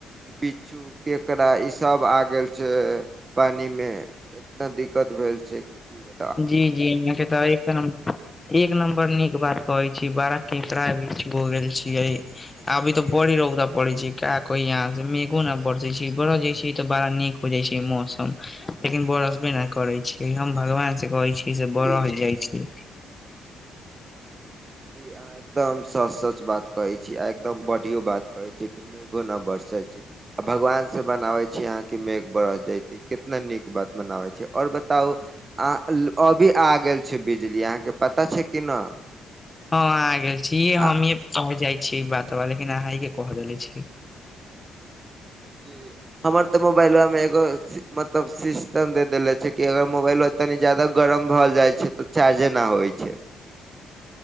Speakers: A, on the right (about 30°); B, on the left (about 20°).
A: बिच्छू, केकड़ा, ई सब आ गेल छै पानीमे। इतना दिक्कत भेल छै कि की ब
B: जी-जी <unintelligible> एक नम्बर नीक बात कहै छी। बारा केकड़ा भी भ गेल छियै। अभी तो बड़ी रौदा पड़ै छै। का कही अहाँसे मेघो न बरसै छै, बरस जाइ छै त बाड़ा नीक बुझै छियै मौसम लेकिन बरसबे न करै छै हम भगवान से कहै छी
A: जी
B: से बरस जाइ छी।
A: जी अहाँ एकदम सच- सच बात कहै छी आ एकदम बढ़ियों बात कहै छी कि मेघो न बरसै छै, भगवान से बनाबै छी अहाँं के मेघ बरस जैतै। कितना नीक बात बनाबै छै और बताउ आ ल अभी आ गेल छै बिजली अहाँके पता छै कि न?
B: हाँ आ गेल छी हमीं
A: आ
B: कह जाइ छी बात बा लेकिन अहांँ इहे कह देले छी।
A: <inaudible> हमर त मोबाइलबामे एगो मतलब सिस्टम दे देेले छै कि अगर मोबाइलबा तनी जादा गरम भ जाइ छै त चार्जे न आबै छै।